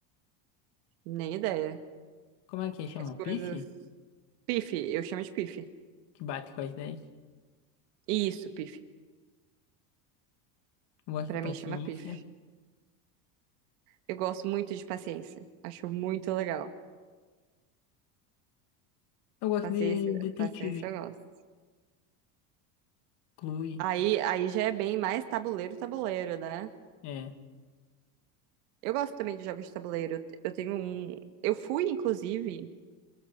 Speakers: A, on the right (about 70°); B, on the left (about 55°).
A: Nem ideia.
B: Como é que chama?
A: Que as coisas.
B: Piche?
A: Pife, eu chamo de pife.
B: Que bate com as dez
A: Isso, pife.
B: Eu gosto
A: Pra
B: de paciência.
A: mim chama pife. Eu gosto muito de paciência. Acho muito legal.
B: Eu gosto
A: Paciência,
B: de detetive.
A: paciência eu gosto.
B: Clue.
A: Aí, aí já é bem mais tabuleiro, tabuleiro, né?
B: É.
A: Eu gosto também de jogos de tabuleiro. Eu te- eu tenho um. Eu fui, inclusive.